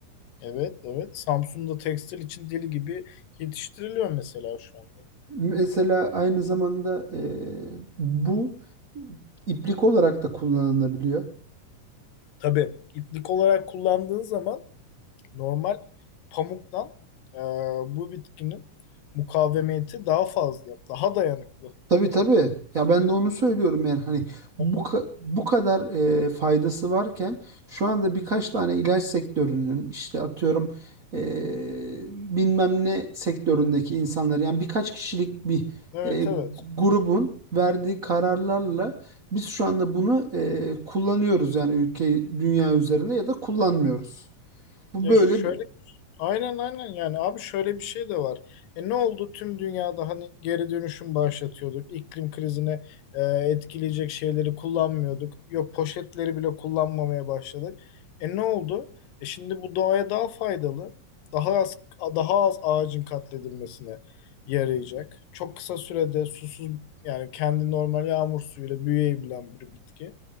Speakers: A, on the left; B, on the right.
A: Evet, evet. Samsun'da tekstil için deli gibi yetiştiriliyor mesela şu anda.
B: Mesela aynı zamanda e, bu iplik olarak da kullanılabiliyor.
A: Tabii iplik olarak kullandığın zaman normal pamuktan e, bu bitkinin mukavemeti daha fazla, daha dayanıklı.
B: Tabii tabii. Ya ben de onu söylüyorum yani hani bu
A: Evet,
B: ka- bu kadar e, faydası varken şu anda birkaç tane ilaç sektörünün işte atıyorum e, bilmem ne sektöründeki insanlar yani birkaç kişilik bir
A: evet,
B: e,
A: evet.
B: grubun verdiği kararlarla biz şu anda bunu e, kullanıyoruz yani ülke dünya üzerinde ya da kullanmıyoruz. Bu
A: Ya
B: böyle
A: şöyle Aynen aynen yani abi şöyle bir şey de var. E ne oldu tüm dünyada hani geri dönüşüm başlatıyorduk. İklim krizini e, etkileyecek şeyleri kullanmıyorduk. Yok poşetleri bile kullanmamaya başladık. E ne oldu? E şimdi bu doğaya daha faydalı. Daha az daha az ağacın katledilmesine yarayacak. Çok kısa sürede susuz yani kendi normal yağmur suyuyla büyüyebilen bir bitki.